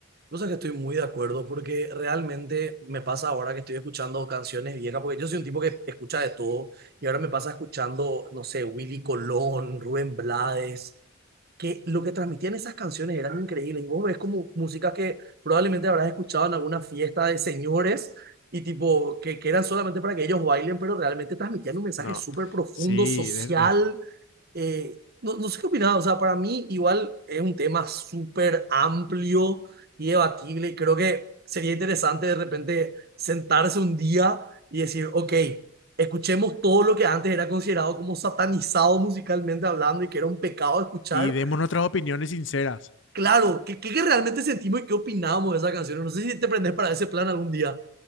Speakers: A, on the right (about 50°); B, on the left (about 65°).
A: Vos sabés que estoy muy de acuerdo porque realmente me pasa ahora que estoy escuchando canciones viejas, porque yo soy un tipo que escucha de todo y ahora me pasa escuchando, no sé, Willy Colón, Rubén Blades, que lo que transmitían esas canciones eran increíbles. Y vos ves como música que probablemente habrás escuchado en alguna fiesta de señores y tipo que, que eran solamente para que ellos bailen, pero realmente transmitían un mensaje
B: No,
A: súper profundo,
B: sí,
A: social.
B: de- de-
A: Eh, no, no sé qué opinás, o sea, para mí igual es un tema súper amplio y debatible y creo que sería interesante de repente sentarse un día y decir, ok, escuchemos todo lo que antes era considerado como satanizado musicalmente hablando y que era un pecado escuchar
B: y demos nuestras opiniones sinceras.
A: Claro, ¿qué, qué, qué realmente sentimos y qué opinamos de esa canción? No sé si te prendes para ese plan algún día.